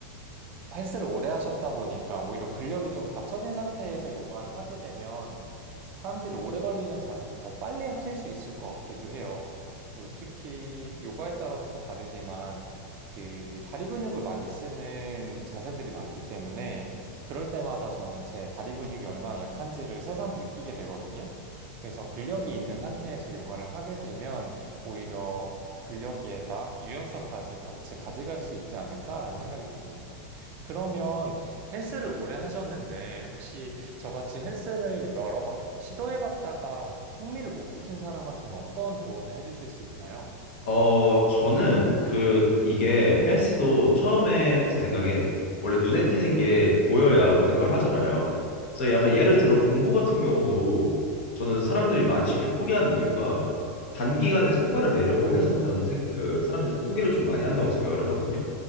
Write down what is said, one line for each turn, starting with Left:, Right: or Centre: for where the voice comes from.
Right: 헬스를 오래 하셨다 보니까 오히려 근력이 좀 받쳐진 상태에서 요가를 하게 되면 사람들이 오래 걸리는 자세를 더 빨리 하실 수 있을 것 같기도 해요. 그리고 특히 요가에 따라 좀 다르지만 그 다리 근육을 많이 쓰는 자세들이 많기 때문에 그럴 때마다 저는 제 다리 근육이 얼마나 약한지를 새삼 느끼게 되거든요. 그래서 근력이 있는 상태에서 요가를 하게 되면 오히려 근력에다 유연성까지 같이 가져갈 수 있지 않을까라는 생각이 듭니다. 그러면 헬스를 오래 하셨는데 혹시 저같이 헬스를 여러 번 시도해봤다가 흥미를 못 붙인 사람한테는 어떤 조언을 해주실 수 있나요?
Left: 어, 저는 그 이게 헬스도 처음에 제 생각엔 원래 눈에 띄는 게 보여야 모든 걸 하잖아요. 그래서 약간 예를 들어 공부 같은 경우도 저는 사람들이 많이 쉽게 포기하는 이유가 단기간에 성과를 내려고 해서 저는 생, 그 사람들이 포기를 좀 많이 한다고 생각을 하거든요.